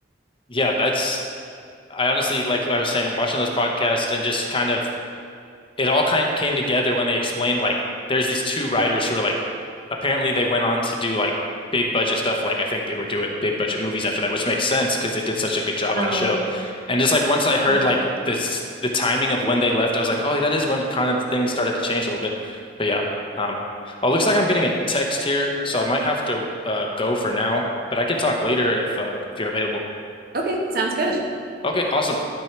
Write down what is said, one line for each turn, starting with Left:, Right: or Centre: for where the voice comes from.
Left: yeah, that's I honestly like I was saying watching those podcasts and just kind of it all kind of came together when they explained like there's these two writers who are like apparently they went on to do like big budget stuff like I think they were doing big budget movies after that which makes sense because they did such a good job
Right: Oh,
Left: on the show and just like once I heard
Right: Yeah.
Left: like this the timing of when they left I was like oh that is when kind of things started to change a little bit but yeah um oh looks like I'm getting a text here so I might have to uh go for now but I can talk later if uh if you're available
Right: Okay. Sounds good.
Left: okay awesome